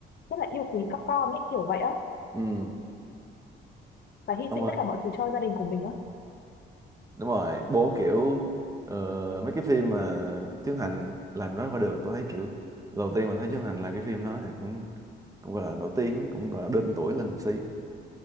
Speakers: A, on the left; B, on the right.
A: rất là yêu quý các con ấy kiểu vậy á
B: ừ
A: và hy
B: xong
A: sinh
B: rồi
A: tất cả mọi thứ cho gia đình của mình á
B: đúng rồi bố kiểu ờ, mấy cái phim mà Trấn Thành làm đó qua được tôi thấy kiểu đầu tiên mà thấy Trấn Thành làm cái phim đó thì cũng cũng gọi là nổi tiếng cũng gọi là đơn tuổi lên một xí